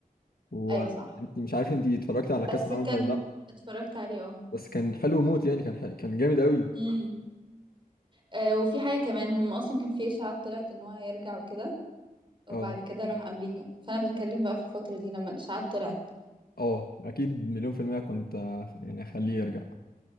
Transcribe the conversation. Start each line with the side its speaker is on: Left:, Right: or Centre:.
Left: وانت
Right: ايوه صح
Left: مش عارف انت اتفرجت على كاس
Right: بس
Left: العالم
Right: كان
Left: ولا لا
Right: اتفرجت عليه اه
Left: بس كان حلو موت يعني كان ح... كان جامد قوي
Right: امم آه وفي حاجة كمان هم اصلا كان في اشاعات طلعت ان هو هيرجع وكده وبعد
Left: اه
Right: كده راح امريكا فانا بتكلم بقى في الفترة دي لما الاشاعات طلعت
Left: اه اكيد مليون في الميه كنت آه، يعني اخليه يرجع